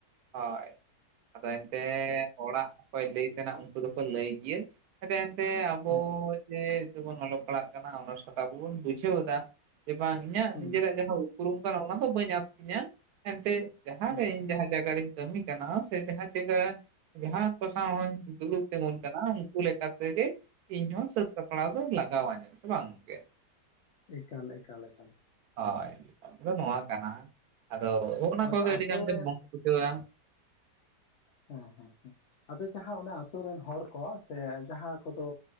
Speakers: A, on the right (about 70°); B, on the left (about 85°).
A: ᱦᱚᱭ ᱟᱫᱚ ᱮᱱᱛᱮᱜ ᱦᱚᱲᱟᱜ ᱚᱠᱚᱭ ᱞᱟᱹᱭ ᱛᱮᱱᱟ ᱩᱱᱠᱩ ᱫᱚᱠᱚ ᱞᱟᱹᱭ ᱜᱤᱭᱟᱹ ᱾ ᱟᱫᱚ ᱮᱱᱛᱮ ᱟᱵᱚ
B: ᱦᱮᱸ
A: ᱡᱮ ᱤᱛᱚᱜ ᱵᱚᱱ ᱚᱞᱚᱜ ᱯᱟᱲᱦᱟᱜ ᱠᱟᱱᱟ ᱚᱱᱟ ᱥᱟᱛᱟ ᱟᱵᱚ ᱵᱚᱱ ᱵᱩᱡᱷᱟᱹᱣ ᱫᱟ ᱾ ᱡᱮ ᱵᱟᱝ ᱤᱧᱟᱹᱜ
B: ᱦᱩᱸ
A: ᱱᱤᱡᱮᱨᱟᱜ ᱡᱟᱦᱟᱸ ᱩᱯᱨᱩᱢ ᱠᱟᱱᱟ ᱚᱱᱟ ᱫᱚ ᱵᱟᱹᱧ ᱟᱫ ᱛᱤᱧᱟᱹ ᱮᱱᱛᱮ ᱡᱟᱦᱟᱸᱨᱮ
B: ᱦᱩᱸ
A: ᱤᱧ ᱡᱟᱦᱟ ᱡᱟᱭᱜᱟ ᱨᱤᱧ ᱠᱟᱹᱢᱤ ᱠᱟᱱᱟ ᱥᱮ ᱡᱟᱦᱟᱸ ᱡᱟᱭᱜᱟ ᱡᱟᱦᱟᱸ ᱠᱚ ᱥᱟᱶ ᱦᱚᱧ ᱫᱩᱲᱩᱵ ᱛᱤᱜᱩᱱ ᱠᱟᱱᱟ ᱩᱱᱠᱩ ᱞᱮ ᱠᱟᱛᱮ ᱜᱮ ᱤᱧ ᱦᱚᱸ ᱥᱟᱹᱛ ᱥᱟᱯᱲᱟᱣ ᱫᱚ ᱞᱟᱜᱟᱣᱟᱹᱧᱟᱹ ᱥᱮ ᱵᱟᱝ ᱜᱚᱢᱠᱮ?
B: ᱮᱠᱟᱞ ᱮᱠᱟᱞ ᱮᱠᱟᱞ ᱾
A: ᱦᱳᱭ ᱫᱚ ᱱᱚᱣᱟ ᱠᱟᱱᱟ ᱟᱫᱚ ᱦᱚᱸᱜᱼᱱᱟ
B: ᱟᱫᱚ
A: ᱠᱚᱜᱮ
B: ᱟᱛᱳ
A: ᱟᱹᱰᱤ ᱜᱟᱱ ᱜᱮ
B: ᱨᱮᱱ
A: ᱵᱟᱝᱠᱚ ᱵᱩᱡᱷᱟᱹᱣᱟ ᱾
B: ᱦᱮᱸ ᱦᱮᱸ ᱦᱮᱸ ᱾ ᱟᱫᱚ ᱡᱟᱦᱟᱸ ᱚᱱᱟ ᱟᱛᱳ ᱨᱮᱱ ᱦᱚᱲ ᱠᱚ ᱥᱮ ᱡᱟᱦᱟᱸ ᱠᱚᱫᱚ